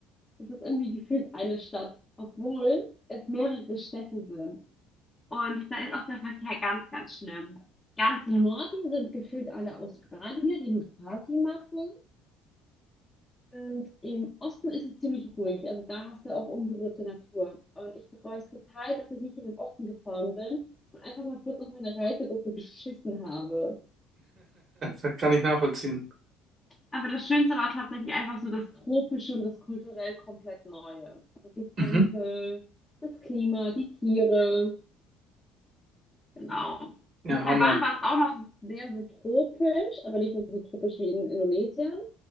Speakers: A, on the left; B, on the right.
A: das ist irgendwie gefühlt eine Stadt, obwohl es mehrere Städte sind. Und da ist auch der Verkehr ganz, ganz schlimm. Ganz im Norden sind gefühlt alle Australier, die eine Party machen. Und im Osten ist es ziemlich ruhig. Also da hast du auch unberührte Natur. Und ich bereue es total, dass ich nicht in den Osten gefahren bin und einfach mal kurz auf meine Reisegruppe geschissen habe.
B: Das kann ich nachvollziehen.
A: Aber das Schönste war tatsächlich einfach so das Tropische und das kulturell komplett Neue. Also die Tempel,
B: Mhm.
A: das Klima, die Tiere. Genau.
B: Ja,
A: In Taiwan
B: Hammer.
A: war es auch noch sehr, sehr tropisch, aber nicht nur so tropisch wie in Indonesien.